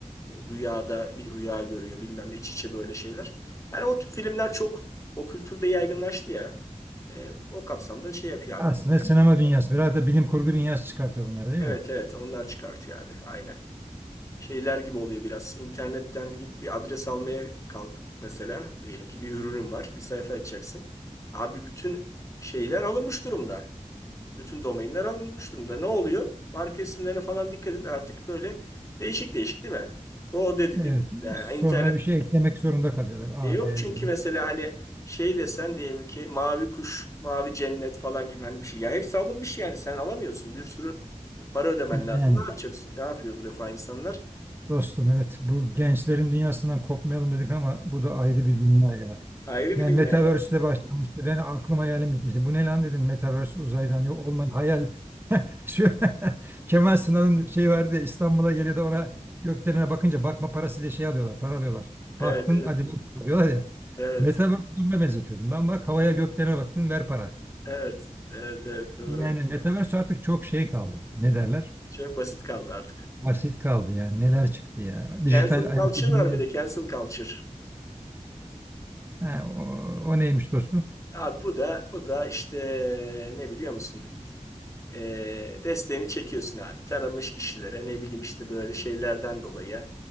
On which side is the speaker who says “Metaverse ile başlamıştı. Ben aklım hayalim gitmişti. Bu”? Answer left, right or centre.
Right